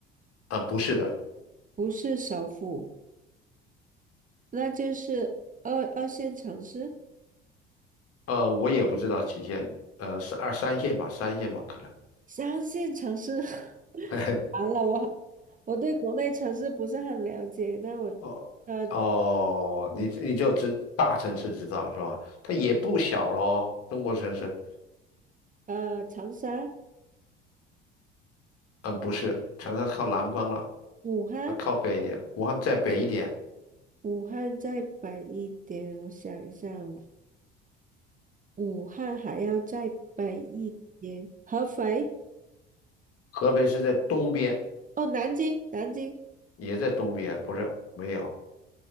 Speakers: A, on the left; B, on the right.
A: 呃，不是的，
B: 不是首府，那就是二二线城市、
A: 呃，我也不知道几线，呃，是二三线吧，三线吧，可能。<laughs>
B: 三线城市。<laughs>
A: 嘿嘿，
B: 完了，我我对国内城市不是很了解，那我
A: 哦哦，
B: 呃。
A: 你你就知大城市知道是吧？它也不小咯，中国城市，
B: 呃，长沙、
A: 嗯，不是，长沙靠南方了。
B: 武汉，
A: 啊，靠北一点，武汉再北一点，
B: 武汉再北一点，我想一下哦武汉还要再北一点，合肥，
A: 合肥是在东边，
B: 哦，南京，南京，
A: 也在东边，不是，没有，